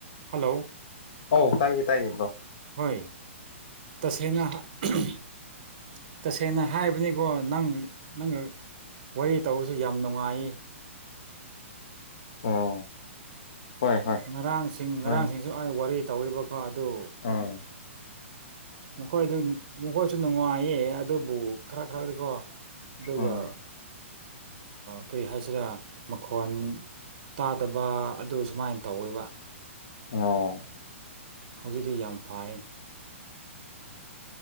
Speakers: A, on the right (about 35°); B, on the left (about 40°).
A: hello
B: ꯑꯣ ꯇꯥꯏꯌꯦ ꯇꯥꯏꯌꯦꯕꯣ
A: ꯍꯣꯏ ꯇꯁꯅꯁ ꯁꯦꯡꯅ ꯍꯥꯏꯕꯅꯤꯀꯣ ꯅꯪ ꯅꯪꯒ ꯋꯥꯔꯤ ꯇꯧꯕꯁꯨ ꯌꯥꯝ ꯅꯨꯡꯉꯥꯏ
B: ꯑꯣ ꯍꯣꯏ ꯍꯣꯏ
A: ꯉꯔꯥꯡꯁꯤꯡ ꯉꯔꯥꯡꯁꯤꯡꯁꯨ
B: ꯍꯣꯏ
A: ꯑꯩ ꯋꯥꯔꯤ ꯇꯧꯋꯕꯀꯣ ꯑꯗꯨ
B: ꯎꯝ
A: ꯃꯈꯣꯏꯗꯨ ꯃꯈꯣꯏꯁꯨ ꯅꯨꯡꯉꯥꯏꯌꯦ ꯑꯗꯨꯕꯨ ꯈꯔ ꯈꯔꯗꯤꯀꯣ ꯑꯗꯨꯒ
B: ꯎꯝ
A: ꯑꯗꯨꯒ ꯀꯔꯤ ꯍꯥꯏꯁꯤꯔꯥ ꯃꯈꯣꯟ ꯇꯥꯗꯕ ꯑꯗꯨ ꯁꯨꯃꯥꯏꯅ ꯇꯧꯋꯕ
B: ꯑꯣ
A: ꯍꯧꯖꯤꯛꯇꯤ ꯌꯥꯝ ꯐꯥꯏ